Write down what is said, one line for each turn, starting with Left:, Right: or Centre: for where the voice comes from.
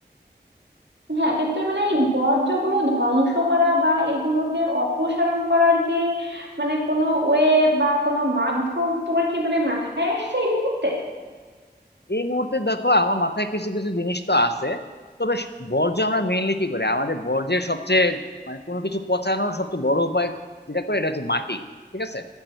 Right: হ্যাঁ কিন্তু মানে এই বর্জ্যগুলো ধ্বংস করা বা এগুলোকে অপসারণ করার কি মানে কোনো ওয়ে বা কোনো মাধ্যম তোমার কি মানে মাথায় আসছে এই মুহূর্তে
Left: এই মুহূর্তে দেখো আমার মাথায় কিছু কিছু জিনিস তো আছে তবে স- বর্জ্য আমরা মেইনলি কি করি আমাদের বর্জ্যের সবচেয়ে মানে কোনো কিছু পচানোর সবচেয়ে বড় উপায় যেটা করে এটা হচ্ছে মাটি ঠিক আছে